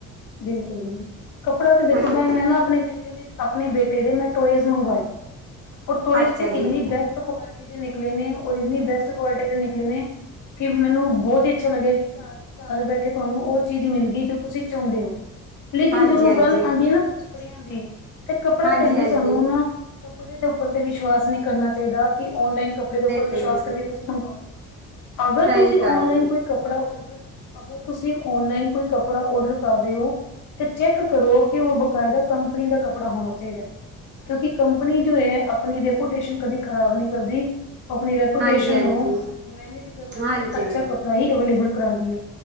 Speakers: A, on the left; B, on the right.
A: ਬਿਲਕੁਲ ਕੱਪੜਾ ਤੇ ਦੇਖੋ
B: ਹਨਾ
A: ਮੈਂ ਮੈਂ ਨਾ ਆਪਣੇ ਬੇਟੇ ਦੇ ਆਪਣੇ ਬੇਟੇ ਦੇ ਮੈਂ ਟਾਏਸ ਮੰਗਵਾਏ। ਓਹ ਟੋਇਜ਼
B: ਅੱਛਾ
A: ਤੇ
B: ਜੀ
A: ਇੰਨੀ ਬੈਸਟ ਕੁਆਲਿਟੀ। ਨਿਕਲੇ ਨੇ ਔਰ ਇੰਨੀ ਬੈਸਟ ਕੁਆਲਿਟੀ ਦੇ ਨਿਕਲੇ ਨੇ ਕਿ ਮੈਨੂੰ ਬਹੁਤ ਹੀ ਅੱਛਾ ਲੱਗਿਆ ਕਿ ਘਰ। ਘਰ ਬੈਠੇ ਤੁਹਾਨੂੰ ਉਹ ਚੀਜ਼ ਮਿਲ ਗਈ ਜੋ ਤੁਸੀਂ ਚਾਹੁੰਦੇ ਹੋ ਲੇਕਿਨ
B: ਹਾਂਜੀ
A: ਜਦੋਂ
B: ਹਾਂਜੀ
A: ਗੱਲ ਆਉਂਦੀ ਹੈ ਨਾ। ਕੱਪੜਿਆਂ ਦੀ ਤੇ ਕੱਪੜਾ
B: ਹਾਂਜੀ
A: ਭੈਣ ਜੀ
B: ਹਾਂਜੀ
A: ਸਾਨੂੰ ਨਾ ਕੱਪੜੇ ਦੇ ਉੱਪਰ ਤੇ ਵਿਸ਼ਵਾਸ ਨਹੀ ਕਰਨਾ ਚਾਹੀਦਾ। ਕਿ ਔਨਲਾਈਨ ਕੱਪੜੇ ਦੇ ਉਪਰ ਵਿਸ਼ਵਾਸ
B: ਤੇ ਨਹੀਂ
A: ਕਰਕੇ
B: ਸਹੀ
A: ਤੁਸੀ ਮੰਗਵਾ ਲਓ। ਅਗਰ
B: ਸਹੀ
A: ਤੁਸੀਂ
B: ਗੱਲ
A: ਔਨਲਾਈਨ
B: ਜੀ
A: ਕੋਈ ਕੱਪੜਾ ਔਡਰ। ਅਗਰ ਤੁਸੀਂ ਔਨਲਾਈਨ ਕੋਈ ਕੱਪੜਾ ਆਰਡਰ ਕਰ ਰਹੇ ਹੋ। ਤੇ ਚੈੱਕ ਕਰੋ ਕਿ ਉਹ ਬਕਾਇਦਾ ਕੰਪਨੀ ਦਾ ਕੱਪੜਾ ਹੋਣਾ ਚਾਹੀਦਾ। ਕਿਉਂਕਿ ਕੰਪਨੀ ਜੋ ਹੈ ਆਪਣੀ ਰੈਪੂਟੇਸ਼ਨ ਕਦੇ ਖ਼ਰਾਬ ਨਹੀ ਕਰਦੀ। ਆਪਣੀ ਰੇਪੁੱਟੇਸ਼ਨ
B: ਹਾਂਜੀ ਹਾਂਜੀ
A: ਨੂੰ
B: ਹਾਂਜੀ
A: ਮੈਨੇਜ ਕਰਨ ਵਾਸਤੇ
B: ਹਾਂਜੀ
A: ਅੱਛਾ ਕੱਪੜਾ ਹੀ ਅਵੇਲੇਬਲ ਕਰਾਂਦੀ ਹੈ।